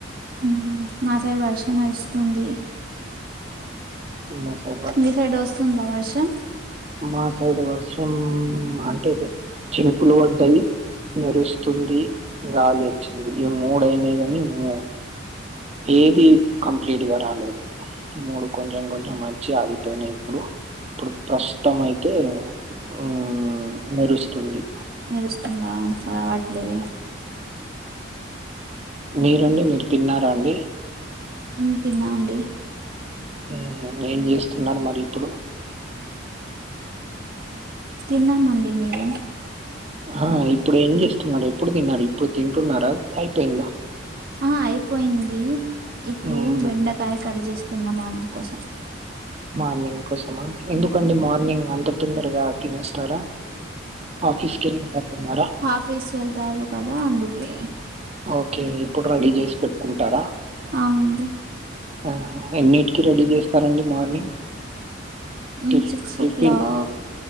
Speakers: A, on the right (about 45°); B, on the right (about 30°).
A: ఉం మా సైడ్ వర్షం వస్తుంది
B: మనం ని సర <inaudible>
A: మీ సైడ్ వస్తుందా వర్షం
B: మాసైడు వర్షం అంటే చినుకులు పడ్డాయి మెరుస్తుంది గాలి వచ్చింది ఈ మూడయినా కాని మూ ఏది కంప్లీట్ గా రాలేదు మూడు కొంచెం కొంచెం వచి ఆగిపోయినాయి ఇప్పుడు ఇప్పుడు ప్రస్తుతం అయితే ఆ మెరుస్తుంది
A: మెరుస్తుందా రావట్లే
B: మీరండి మీరు తిన్నారా అండి
A: ఉం తిన్నా అండి
B: ఆహా ఏం చేస్తున్నారు మరి ఇప్పుడు
A: తిన్నామండి మీరు
B: ఆ ఇప్పుడు ఏం చేస్తున్నారు ఎప్పుడు తిన్నారు ఇప్పుడు తింటున్నారా అయిపోయిందా
A: ఆ అయిపోయింది ఇప్పుడు
B: మ్మ్
A: బెండ కాయ కడ్ చేస్తున్నమ్ అందు కోసం
B: మార్నింగ్ కోసమా ఎందుకండి మార్నింగ్ అంత తొందరగా తినేస్తారా ఆఫీస్ కన్నారా <unintelligible>
A: ఆఫీసు వెళ్తారు కదా అందుకే
B: ఓకే ఇప్పుడు రెడీ చేసి పెట్టుకుంటారా
A: అవునండి
B: ఆహా ఎన్నిటికి రెడీ చేస్తారండి మార్నింగ్
A: మ్మ్
B: టిఫ
A: సిక్స్
B: టిఫిన్
A: ఓ క్లాక్